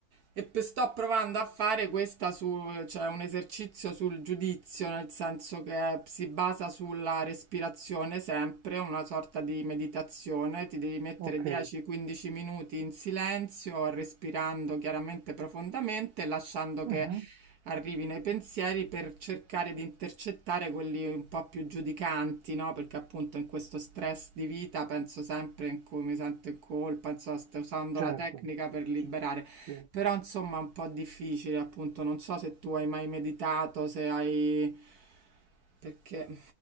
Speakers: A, on the right; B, on the right.
A: E pe- sto provando a fare questa su, cioè un esercizio sul giudizio, nel senso che si basa sulla respirazione sempre, una sorta di meditazione. Ti devi mettere
B: ok.
A: 10-15 minuti in silenzio, respirando chiaramente profondamente, lasciando
B: Mhm,
A: che arrivino i pensieri per cercare di intercettare quelli un po' più giudicanti, no? Perché appunto in questo stress di vita penso sempre in cui mi sento in colpa, insomma, sto usando
B: Certo.
A: la tecnica per liberare.
B: Ci- Sì.
A: Però insomma è un po' difficile, appunto, non so se tu hai mai meditato, se hai... perché...